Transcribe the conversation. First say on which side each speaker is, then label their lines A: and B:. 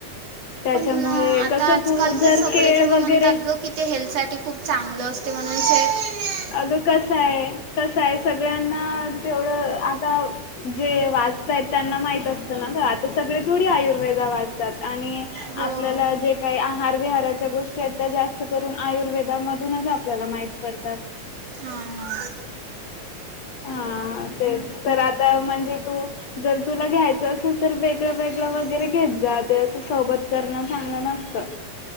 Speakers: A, on the left (about 65°); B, on the right (about 80°).
A: त्याच्यामुळे
B: पण अं, आता
A: कसं
B: आजकाल
A: तू जर
B: तर सगळेजण
A: केळ
B: म्हणतात
A: वगैरे.
B: ग की ते हेल्थ साठी खूप चांगलं असते. म्हणून.. शेक
A: अगं कस आहे कसं सगळ्यांना तेवढं आता- जे वाचतायत त्यांना माहित असतं न ग आता सगळे थोडी आयुर्वेदा वाचतात. आणि
B: हो
A: आपल्याला जे काही आहार विहाराच्या गोष्टी आहेत त्या जास्त करून आयुर्वेदामध्ये. मधूनच आपल्याला माहीत पडतात.
B: हा हा.
A: हा तेच तर आता म्हणजे तू जर तुला घ्यायचं असेल तर वेगळं वेगळं वगैरे घेत जात असं सोबत करण चांगलं नसतं.